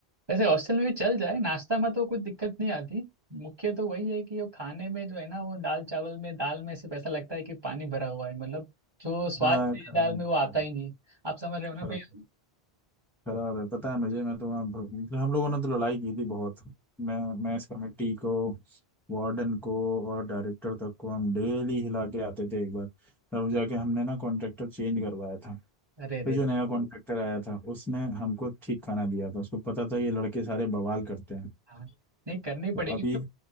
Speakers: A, on the right (about 25°); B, in the centre.
A: वैसे हॉस्टल में भी चल जाए नाश्ता में तो कुछ दिक्कत नहीं आती मुख्य तो वही है कि वो खाने में जो है ना वो दाल चावल में दाल में सिर्फ ऐसा लगता है कि पानी भरा हुआ है मतलब जो स्वाद
B: हाँ
A: है
B: खराब
A: दाल में वो आता ही नहीं आप समझ रहे हो ना
B: खराब
A: भैया
B: खराब है पता है मुझे मैं तो वहाँ भर- हम लोगों ने तो लड़ाई की थी बहुत मैं मैं इस कमेटी को वार्डन को और डायरेक्टर तक को हम डेली हिला के आते थे एक बार तब जाके हमने ना कॉन्ट्रैक्टर चेंज करवाया था
A: अरे
B: फिर
A: रे
B: जो नया कॉन्ट्रैक्टर आया था उसने हमको ठीक खाना दिया था उसको पता था ये लड़के सारे बवाल करते हैं
A: हाँ नहीं करनी
B: तो
A: पड़ेगी
B: अभी
A: तो